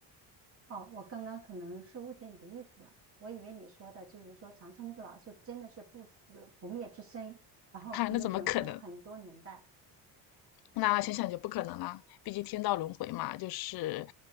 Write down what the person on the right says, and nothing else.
哦，我刚刚可能是误解你的意思了，我以为你说的就是说长生不老，就真的是不死不灭之身，然后可以轮回很多年代，